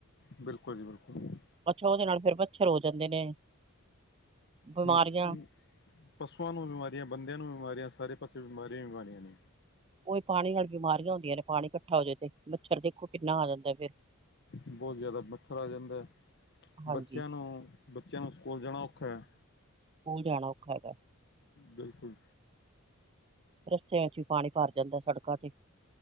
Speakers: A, on the left; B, on the right.
A: ਬਿਲਕੁਲ ਜੀ ਬਿਲਕੁਲ।
B: ਅੱਛਾ ਓਦੇ ਨਾਲ ਫੇਰ ਮੱਛਰ ਹੋ ਜਾਂਦੇ ਨੇ। ਬਿਮਾਰੀਆਂ
A: ਮੱਖੀ ਪਸੂਆਂ ਨੂੰ ਬਿਮਾਰੀਆਂ ਬੰਦਿਆਂ ਨੂੰ ਬਿਮਾਰੀਆਂ ਸਾਰੇ ਪਾਸੇ ਬਿਮਾਰੀਆਂ ਈ ਬਿਮਾਰੀਆਂ ਨੇ
B: ਉਹੀ ਪਾਣੀ ਨਾਲ ਬਿਮਾਰੀਆਂ ਹੁੰਦੀਆਂ ਨੇ ਪਾਣੀ ਇਕੱਠਾ ਹੋ ਜਾਵੇ ਤੇ ਮੱਛਰ ਦੇਖੋ ਕਿੰਨਾ ਆ ਜਾਂਦਾ ਫੇਰ
A: ਬਹੁਤ ਜ਼ਿਆਦਾ ਮੱਛਰ ਆ ਜਾਂਦਾ ਹੈ
B: ਹਾਂਜੀ
A: ਬੱਚਿਆਂ ਨੂੰ ਬੱਚਿਆਂ ਨੂੰ ਸਕੂਲ ਜਾਣਾ ਔਖਾ ਹੈ।
B: ਸਕੂਲ ਜਾਣਾ ਔਖਾ ਹੈਗਾ
A: ਬਿਲਕੁਲ।
B: ਰਸਤਿਆਂ ਚ ਵੀ ਪਾਣੀ ਭਰ ਜਾਂਦਾ ਸੜਕਾਂ ਤੇ